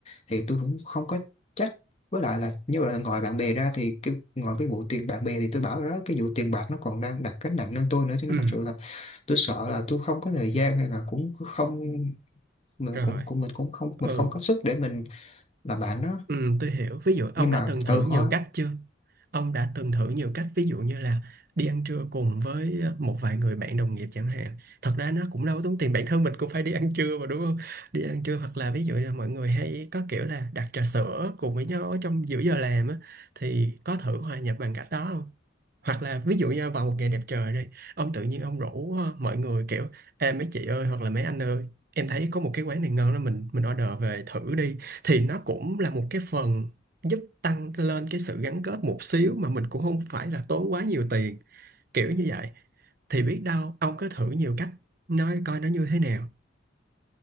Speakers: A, on the left (about 30°); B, on the right (about 45°).
A: thì tôi cũng không có chắc với lại là như vậy là ngoài bạn bè ra thì cái ngoài cái vụ tiền bạn bè thì tôi bảo rồi đó cái vụ tiền bạc nó còn đang đặt gánh nặng lên tôi nữa cho nên
B: ừ
A: thật sự là tôi sợ là tôi không có thời gian hay là cũng không mình
B: rồi
A: cũng cũng mình cũng không
B: ừ
A: mình không có sức để mình làm bạn đó
B: Ừ, tôi hiểu. Ví dụ ông
A: nhưng
B: đã
A: mà
B: từng thử
A: từ
B: nhiều
A: khó
B: cách chưa? Ông đã từng thử nhiều cách ví dụ như là đi ăn trưa cùng với ờ, một vài người bạn đồng nghiệp chẳng hạn. Thật ra nó cũng đâu có tốn tiền, bản thân mình cũng phải đi ăn trưa mà đúng không? Đi ăn trưa hoặc là ví dụ là mọi người hay có kiểu là đặt trà sữa cùng với nhau ở trong giữa giờ làm á thì có thử hòa nhập bằng cách đó không? hoặc là ví dụ như vào một ngày đẹp trời đi ông tự nhiên ông rủ ờ, mọi người kiểu em mấy chị ơi hoặc là mấy anh ơi em thấy có một cái quán này ngon đó mình mình order về thử đi thì nó cũng là một cái phần giúp tăng lên cái sự gắn kết một xíu mà mình cũng không phải là tốn quá nhiều tiền kiểu như vậy thì biết đâu ông cứ thử nhiều cách nói coi nó như thế nào